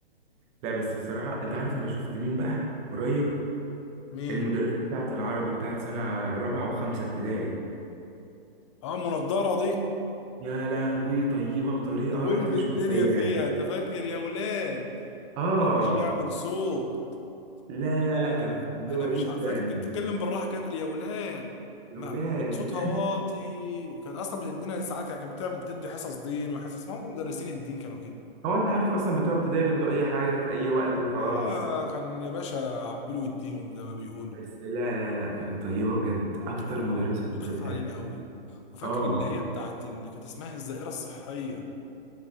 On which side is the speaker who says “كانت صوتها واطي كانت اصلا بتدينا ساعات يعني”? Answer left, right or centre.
Left